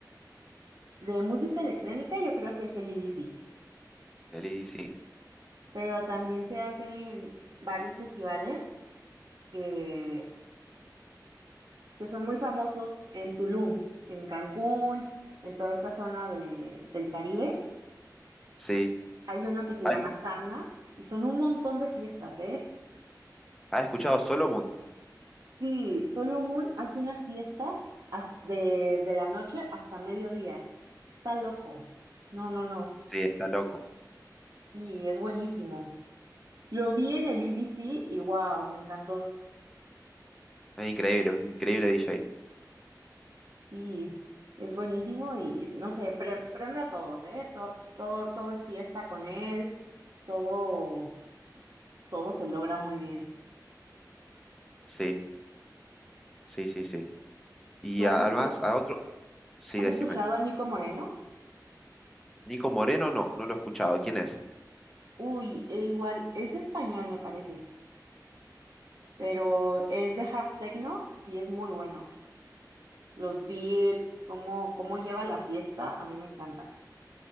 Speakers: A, on the right; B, in the centre.
A: <laughs> De música electrónica yo creo que es el IDC,
B: El I D C
A: pero también se hacen varios festivales que que son muy famosos en Tulum, en Cancún, en toda esta zona de- del Caribe.
B: Sí.
A: Hay uno que se
B: ¿Has
A: llama Sabna y son un montón de fiestas, ¿eh?
B: has escuchado Solomon?
A: Sí, Solomon hace una fiesta has- desde la noche hasta mediodía. Está loco. No, no, no.
B: Sí, está loco.
A: Y es buenísimo. Lo vi en el IBC y wow, me encantó.
B: Es increíble, un increíble DJ.
A: Sí, es buenísimo y no sé, pre- prende a todos, ¿eh? To- todo, todo es fiesta con él, todo todo se logra muy bien.
B: Sí, sí, sí, sí. Y
A: ¿Tú has,
B: a-
A: escu-
B: además a otro, sí,
A: has
B: decime.
A: escuchado a Nico Moreno?
B: Nico Moreno, no, no lo he escuchado. ¿Quién es?
A: Uy, e igual, es español me parece, pero es de hard techno y es muy bueno. Los beats, cómo, cómo lleva la fiesta, a mí me encanta.